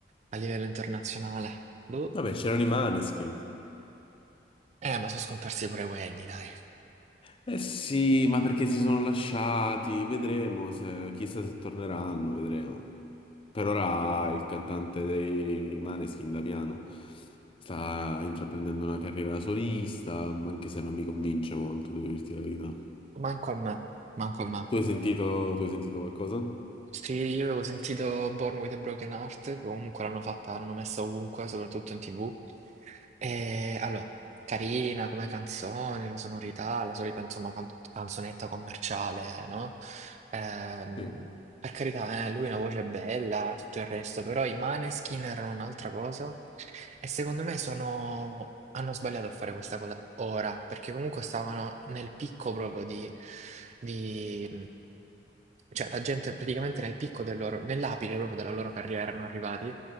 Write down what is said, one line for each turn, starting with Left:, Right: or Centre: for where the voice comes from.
Right: a livello internazionale? Boh.
Left: Vabbè, c'erano i Maneskin.
Right: Eh, ma sono scomparsi pure quelli, dai.
Left: Eh sì, ma perché si sono lasciati? Vedremo se, chissà se torneranno, vedremo. Per ora il cantante dei Maneskin, Damiano, sta intraprendendo una carriera da solista, ma anche se non mi convince molto, devo dirti la verità.
Right: Manco a me, manco a me.
Left: Tu hai sentito, tu hai sentito qualcosa?
Right: Sì, io avevo sentito Born with a Broken Heart, che comunque l'hanno fatta, l'hanno messa ovunque, soprattutto in TV. E allora, carina come canzone, la sonorità, la solita insomma can- canzonetta commerciale, no? Ehm,
Left: Sì.
Right: per carità, eh, lui ha una voce bella, tutto il resto, però i Maneskin erano un'altra cosa e secondo me sono... hanno sbagliato a fare questa cosa ora, perché comunque stavano nel picco proprio di... di... Cioè, la gente praticamente nel picco del loro, nell'apice proprio della loro carriera erano arrivati